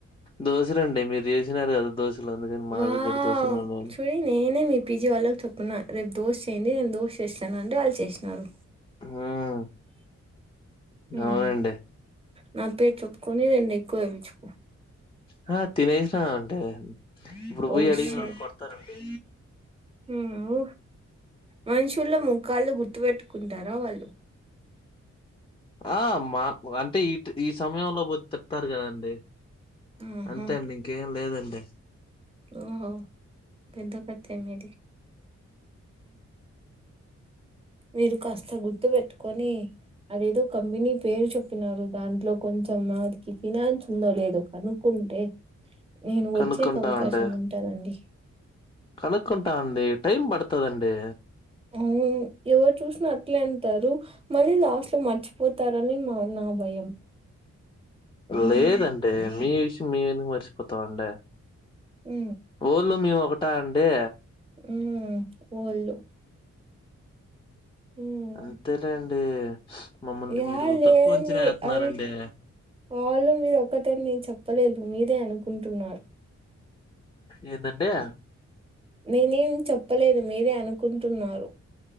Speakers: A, on the left; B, on the right.
A: దోశలండి మీరు జేసినారు గదా దోశలు అందుకని మాది
B: వావ్
A: గుడ దోశలు ఉన్నాయ
B: చూడి నేనే మీ పీజీ వాళ్ళకి చెప్పున్నా రేపు దోష్ చేయండి నేను దోష్ శేషను అంటే అల్ చేష్నారు
A: ఆ
B: హ్మ్
A: అవునండి
B: నా పేరు చెప్పుకొని రెండు ఎక్కువ వేపిచ్చుకో
A: హ తినేసినా అంటే ఇప్పుడు బో
B: ఓ
A: యి అడిగిననుకో
B: షట్
A: కొడ్తారండి
B: హ్మ్ మనుషుల్లో ముఖాళ్లు గుర్తు బెట్టుకుంటారా వాళ్ళు
A: ఆ మా అంటే ఈ ఈ సమయంలో బోత్ తిడ్తారు కదండి
B: ఆహా!
A: అంతే అండి ఇంకేంలేదండి
B: ఓహో! పెద్ద కథే మీది. మీరు కాస్త గుర్తు వేట్టుకొనీ అదేదో కంపెనీ పేరు చెప్పినారు దాంట్లో కొంచం మాదికి ఫినాన్స్ ఉందో లేదో కనుక్కుంటే నేను
A: కనుక్కుంటామండి
B: వచ్చేక అవకాశం ఉంటానండి
A: కనుక్కుంటా అండి టైం బాడ్తదండీ
B: అవు ఎవర్ చూస్నారు ఎట్లా అంటారు మళ్ళీ లాస్ట్ లో మర్చిపోతారని మా నా భయం
A: లేదంటే మీ విషయం మేమేందుకు మర్చిపోతామంటే
B: ఉ
A: ఓళ్ళు మేము ఒకటా అండి
B: ఉ ఓళ్ళు హ్మ్.
A: అంతేలేండీ మమ్మల్ని
B: యాహ్!
A: మీరు
B: లేదండి.
A: తక్వా అంచన ఏత్తున్నారండి
B: అయ్ వాళ్ళు మీరు ఒక్కటన్ నేన్ చెప్పలేదు మీరే అనుకుంటున్నారు
A: ఏందండి
B: నేనేం చెప్పలేదు మీరే అనుకుంటున్నారు